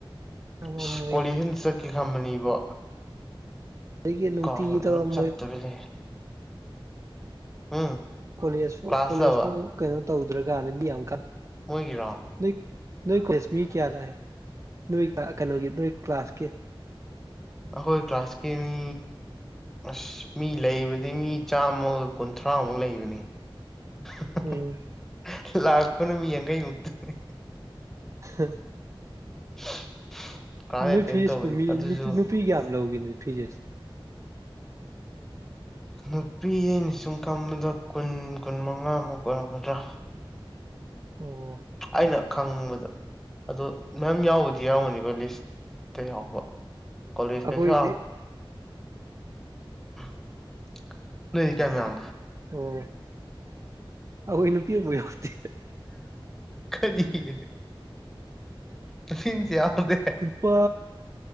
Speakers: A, on the right; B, in the centre.
A: ꯇꯧꯔꯝꯃꯣꯏ
B: ꯁꯤ ꯀꯣꯂꯦꯖ ꯁꯦ ꯑꯝ ꯆꯠꯀꯦ ꯈꯟꯕꯅꯤ ꯏꯕꯣ
A: ꯑꯗꯨꯗꯒꯤ ꯅꯨꯡꯇꯤꯒꯤ
B: ꯀꯥꯎꯗꯅ
A: ꯇꯧꯔꯝꯃꯣꯏ
B: ꯆꯠꯇꯕꯤ ꯂꯩꯔꯦ ꯎꯝ
A: ꯀꯣꯂꯦꯖ ꯐꯨ
B: ꯀ꯭ꯂꯥꯁꯇꯕ
A: ꯀꯣꯂꯦꯖ ꯐꯥꯎ ꯀꯩꯅꯣ ꯇꯧꯗ꯭ꯔꯒꯥꯅ ꯃꯤꯌꯥꯝ ꯀꯥ
B: ꯃꯣꯏꯒꯤꯔꯣ
A: ꯅꯣꯏ ꯅꯣꯏ ꯀꯣꯂꯦꯖ ꯃꯤ ꯀꯌꯥ ꯂꯥꯛꯑꯦ ꯅꯣꯏ ꯑꯥ ꯀꯩꯅꯣꯒꯤ ꯅꯣꯏ ꯀ꯭ꯂꯥꯁꯀꯤ
B: ꯑꯩꯈꯣꯏ ꯀ꯭ꯂꯥꯁꯀꯤ ꯃꯤ ꯑꯁ ꯃꯤ ꯂꯩꯕꯗꯤ ꯃꯤ ꯆꯥꯝꯃꯒ ꯀꯨꯟꯊ꯭ꯔꯥꯃꯨꯛ ꯂꯩꯕꯅꯦ <unintelligible>
A: ꯎꯝ
B: ꯂꯥꯛꯄꯅ ꯃꯤ ꯌꯥꯡꯈꯩꯃꯨꯛꯇꯅꯤ
A: <unintelligible>
B: <unintelligible>
A: ꯅꯣꯏ
B: ꯑꯦꯇꯦꯟ
A: ꯐꯤꯁꯄꯨ
B: ꯇꯧꯕꯗꯤ
A: ꯃꯤ
B: ꯑꯗꯨꯁꯨ
A: ꯅꯨ ꯅꯨꯄꯤ ꯀꯌꯥꯝ ꯂꯧꯒꯦ ꯐꯤꯖꯦꯁ
B: ꯅꯨꯄꯤ ꯑꯩꯅ ꯁꯨꯝ ꯈꯟꯕꯗ ꯀꯨꯟ ꯀꯨꯟ ꯃꯉꯥꯃꯨꯛ ꯑꯣꯏꯔꯝꯒꯗ꯭ꯔꯥ
A: ꯑꯣ
B: ꯑꯩꯅ ꯈꯪꯕꯗ ꯑꯗꯣ ꯃꯌꯥꯝ ꯌꯥꯎꯕꯨꯗꯤ ꯌꯥꯎꯔꯝꯒꯅꯤꯕ ꯂꯤꯁꯇ ꯌꯥꯎꯕ ꯀꯣꯂꯦꯖ
A: ꯑꯩꯈꯣꯏꯗꯤ
B: ꯇꯥꯁꯨ <unintelligible> ꯅꯣꯏꯗꯤ ꯀꯌꯥꯝ ꯌꯥꯝꯕ
A: ꯑꯣ ꯑꯩꯈꯣꯏ ꯅꯨꯄꯤꯝꯕꯨꯛ ꯌꯥꯎꯗꯦ
B: ꯀꯔꯤꯒꯤ ꯅꯨꯄꯥꯗꯤ ꯑꯃꯥꯇꯥ ꯌꯥꯎꯗꯦ
A: ꯅꯨꯄꯥ